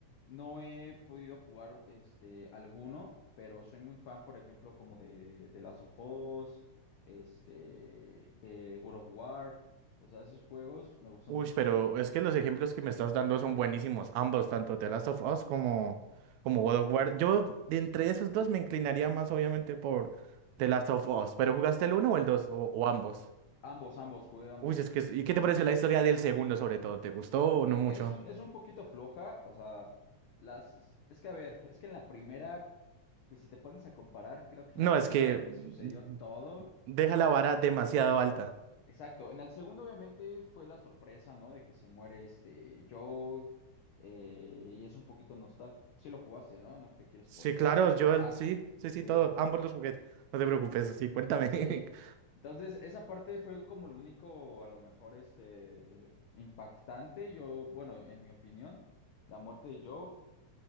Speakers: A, on the left (about 80°); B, on the right (about 80°).
A: no he podido jugar este alguno, pero soy muy fan, por ejemplo, como de, de Last of Us, este, de World of War. O sea, esos juegos me gustan
B: Uy,
A: bastante.
B: pero es que los ejemplos que me estás dando son buenísimos, ambos, tanto The Last of Us como, como God of War. Yo, de entre esos dos, me inclinaría más, obviamente, por The Last of Us. ¿Pero jugaste el uno o el dos? O, o ambos.
A: Lo- Ambos, ambos, jugué ambos.
B: Uy, es que, es- ¿y qué te pareció la historia del segundo, sobre todo? ¿Te gustó
A: E-
B: o no mucho?
A: Es un, es un poquito floja, o sea, las, es que a ver, es que en la primera, pues si te pones a comparar, creo que
B: No,
A: en la primera
B: es que
A: pues
B: mm,
A: sucedió todo.
B: deja la vara demasiado alta.
A: Exacto, en el segundo obviamente fue la sorpresa, ¿no? De que se muere este Joe eh, y es un poquito nostal. Sí lo jugaste, ¿no? No te quiero spoilear.
B: Sí, claro, yo
A: Ah,
B: el- sí, sí,
A: sí,
B: sí, todo, ambos los jugué. No te preocupes, sí, cuéntame.
A: sí.
B: <laughs>
A: Entonces, esa parte fue como lo único, a lo mejor, este, impactante, yo, bueno, en mi opinión, la muerte de Joe.